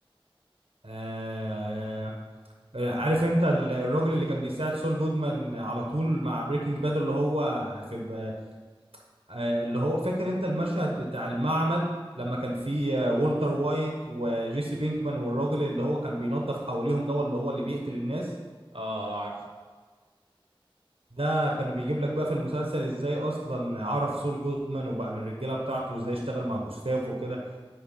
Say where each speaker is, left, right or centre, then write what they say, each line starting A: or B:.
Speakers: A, on the right (about 85°); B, on the right (about 70°).
A: آه عارف انت ال- الراجل اللي كان بيساعد سول جودمان على طول مع بريكنج باد اللي هو في ب- آه اللي هو فاكر انت المشهد بتاع المعمل لما كان في آه، والتر وايت وجيسي بينكمان والراجل اللي هو كان بينظف حواليهم ده اللي هو اللي بيقتل الناس
B: اه آه، عارفه
A: ده كان بيجيب لك بقى في المسلسل ازاي اصلا عرف سول جودمان وبقى من الرجاله بتاعته وازاي اشتغل مع جوستافو وكده